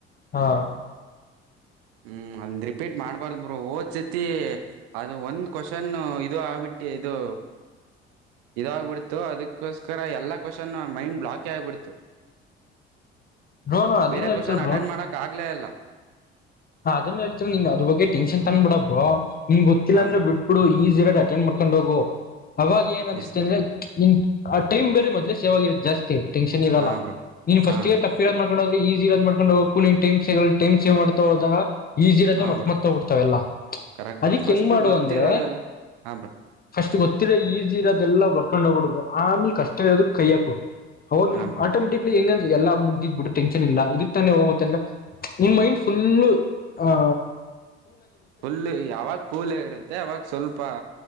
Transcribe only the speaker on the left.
ಹಾ
ಬ್ರೋ ನಾನ್ ಅದನ್ನ
ಹೇಳ್ತೀರ
ಹ ಅದನ್ನ ಹೇಳ್ತೀ ನೀನ್ ಅದ್ರ ಬಗ್ಗೆ ಟೆನ್ಷನ್ ತಂದ್ ಬಿಡಬೋ ನಿಮ್ ಗೊತ್ತಿಲ್ಲ
ಅಂದ್ರ
ಬಿಟ್ಬ ಬಿಡು ಈಜಿರಾಟ ಏನ್ ಮಾಡ್ಕೊಂಡ್ ಹೋಗು ಅವಾಗ ಏನ್ ಅನ್ಸುತ್ತೆ
ಅಂದ್ರೆ ಇನ್ ಆ ಟೈಮ್ ಬೇರೆ ಮದ್ೆ ಜಾಸ್ತಿ ಟೆನ್ ಇಲ್ಲ
ನೀನ್ ಫಸ್ಟ್
ಫ ಮಾಡ್ಕ ಈಸಿ ಮಾಡ್ಕೊಂಡ ಹೋಗಬೇಕು ಟೈಮ ಸೇ ಟೈ್ ಸೇವ್ ಹೌದ ಈಜಿ ಇರೋದ
ಮರ್ಕ್
ಮಾಡ್ತ್ಬಿಡ್ತಾವ ಎಲ್ಲಾ
ಅದಿಕ್
ಹೆಂಗ್ ಮಾಡುವ
ಅಂದ್ರೆ
ಫಸ್ಟ್ ಗೊತ್ತಿರೋ ಈಜಿ ಇರೋದೆಲ್ಲ ವರ್ಕೊಂಡ್ ಹೋಗ್ಬಿಡ್ಬರು ಆಮೇಲೆ ಕಷ್ಟ ಇೋದ ಕೈ್ಯಾಕೋ ಹ
ಆಟೋಮೆಟಿಕ್ಲಿ ಹೆಂಗ ಎಲ್ಲ ಮು್ದಿದ್ ಬಿಟ್ಟು ಟೆನ್ಷನ್ ಇಲ್ಲ ಇದಕ್ಕೆ ತಾನೆ ಹೋಗುತ್ತೆಂಗ ಫುಲ್ಲು ಹಾ